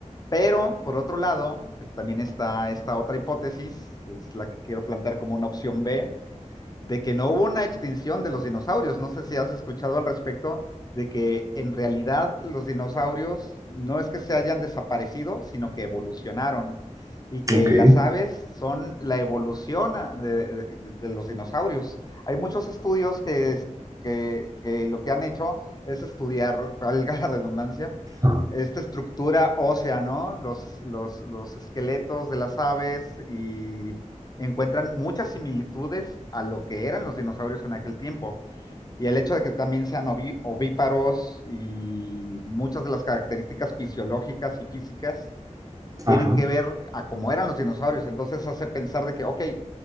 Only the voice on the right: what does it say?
ok,
ajá,
ajá,